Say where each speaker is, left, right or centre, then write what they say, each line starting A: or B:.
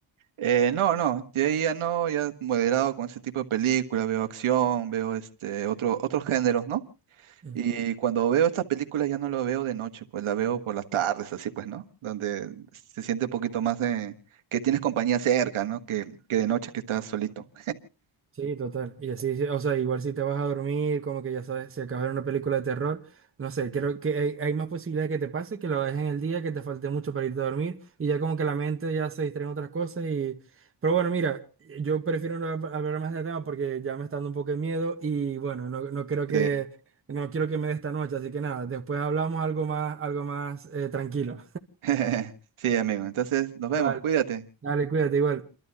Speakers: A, on the right (about 75°); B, on the right (about 25°).
A: Eh, no, no, de ahí ya no, ya moderado con ese tipo de películas, veo acción, veo este, otro, otros géneros, ¿no?
B: Ujú.
A: Y cuando veo estas películas ya no lo veo de noche, pues la veo por las tardes, así pues, ¿no? Donde se siente un poquito más de que tienes compañía cerca, ¿no? Que, que de noche que estás solito.
B: Sí, total. Y así, sí, o sea, igual si te vas a dormir, como que ya sabes, si acabas de ver una película de terror, no sé, creo que hay, hay más posibilidades que te pase que lo dejes en el día, que te falte mucho para irte a dormir y ya como que la mente ya se distrae en otras cosas y... Pero bueno, mira, yo prefiero no hab- hablar más del tema porque ya me está dando un poco de miedo y bueno, no, no creo
A: Sí.
B: que, no quiero que me dé esta noche, así que nada, después hablamos algo más, algo más eh, tranquilo.
A: <laughs> Sí, amigo. Entonces, nos vemos.
B: Vale.
A: Cuídate.
B: Dale, cuídate igual.